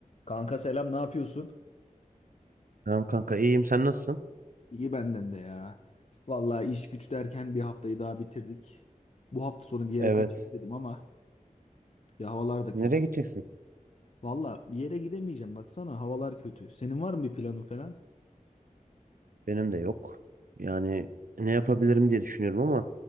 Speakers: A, on the left; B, on the right.
A: Kanka selam ne yapıyorsun?
B: Tamam kanka iyiyim sen nasılsın?
A: İyi benden de ya. Vallahi iş güç derken bir haftayı daha bitirdik. Bu hafta sonu bir yere
B: Evet.
A: kaçayım dedim ama ya havalar da
B: Nereye
A: kötü.
B: gideceksin?
A: Vallahi bir yere gidemeyeceğim baksana havalar kötü. Senin var mı bir planın falan?
B: Benim de yok. Yani ne yapabilirim diye düşünüyorum ama